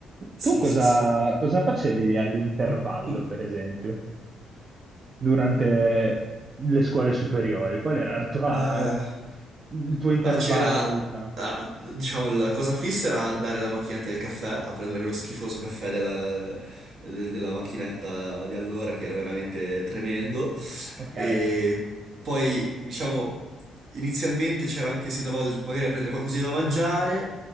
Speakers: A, on the right; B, on the right.
A: Sì,
B: Tu cosa,
A: sì, sì.
B: cosa facevi all'intervallo,
A: <laughs>
B: per esempio? durante le scuole superiori? Qual era la tua,
A: Eh,
B: il tuo intervallo,
A: ma c'era,
B: diciamo?
A: ah, diciamo, la cosa fissa era andare alla macchinetta del caffè, a prendere quello schifoso caffè della, del- della macchinetta di allora, che era veramente tremendo.
B: Ok.
A: E poi, diciamo, inizialmente c'era anche, si andava magari a prendere qualcosina da mangiare,